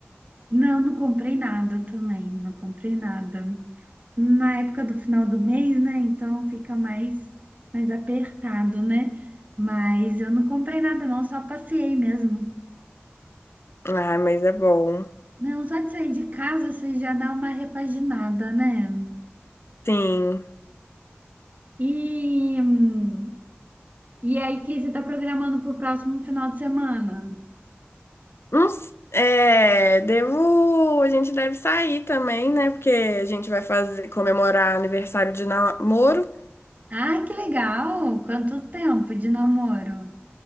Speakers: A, on the right; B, on the left.
A: Não, não comprei nada também, não comprei nada. na época do final do mês, né? Então fica mais, mais apertado, né? Mas eu não comprei nada, não, só passeei mesmo.
B: Ah, mas é bom.
A: Não, só de sair de casa você já dá uma repaginada, né?
B: Sim.
A: E, hum, e aí, o que você está programando para o próximo final de semana?
B: Uns- é, devo. A gente deve sair também, né? Porque a gente vai fazer comemorar aniversário de namoro
A: Ai, que legal! Quanto tempo de namoro?